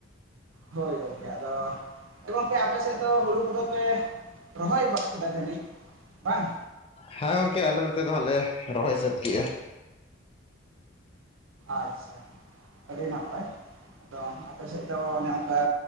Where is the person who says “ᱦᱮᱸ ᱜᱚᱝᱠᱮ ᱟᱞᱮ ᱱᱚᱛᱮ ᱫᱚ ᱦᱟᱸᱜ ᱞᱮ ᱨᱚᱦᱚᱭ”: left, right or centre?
Left